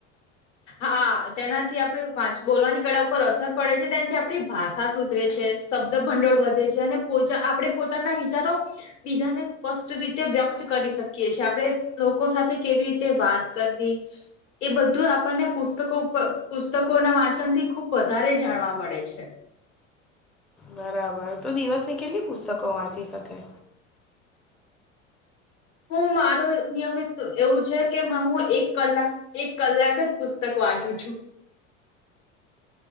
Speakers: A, on the left (about 70°); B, in the centre.
A: હા તેનાથી આપણી વાચ બોલવાની કળા ઉપર અસર પડે છે. તેનાથી આપણી ભાષા સુધરે છે. શબ્દ ભંડોળ વધે છે. અને પોચા આપણે પોતાના વિચારો બીજાને સ્પષ્ટ રીતે વ્યક્ત કરી શકીએ છીએ. આપણે લોકો સાથે કેવી રીતે વાત કરવી. એ બધું આપ આપણને પુસ્તકો ઉપર પુસ્તકોના વાંચનથી ખુબ વધારે જાણવા મળે છે.
B: બરાબર. તું દિવસની કેટલી પુસ્તકો વાંચી શકે?
A: હું મારું નિયમિત એવું છે કે હું એક કલાક એક કલાક જ પુસ્તક વાંચું છું.